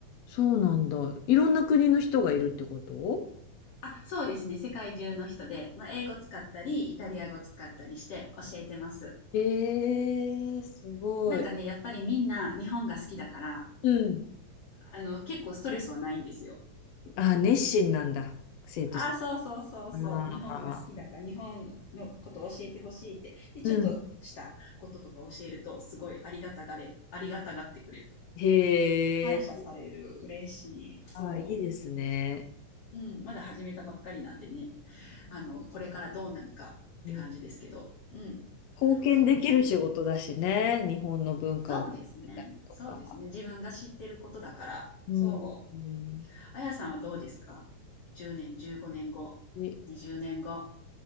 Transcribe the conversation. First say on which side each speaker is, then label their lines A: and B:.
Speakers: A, on the left; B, on the left.
A: そうなんだ。いろんな国の人がいるってこと
B: あ、そうですね。世界中の人で、まあ、英語使ったり、イタリア語使ったりして教えてます。
A: えー、すごい。
B: なんかね、やっぱりみんな日本が好きだから、
A: うん。
B: あの、結構ストレスはないんですよ。
A: あ、熱心なんだ。生徒
B: あ、そうそうそうそう。
A: ああ、
B: 日本が好きだから、日本のことを教えてほしいって。で、ちょっとしたこととか教えると、
A: うん。
B: すごいありがたがれ、ありがたがってくれる。
A: へえ、
B: 感謝される。嬉しい。そ
A: ああ、いいですね。
B: う。うん。まだ始めたばっかりなんでね。あの、これからどうなるかって感じですけど、
A: うん
B: うん、
A: 貢献できる仕事だしね、
B: そうですね。
A: 日本の文化を伝えたりとか。
B: そうですね。そうですね。自分が知ってることだから。
A: うん、
B: そ
A: うん
B: う。あやさんはどうですか ?10 年、15年後、
A: え、
B: 20年後。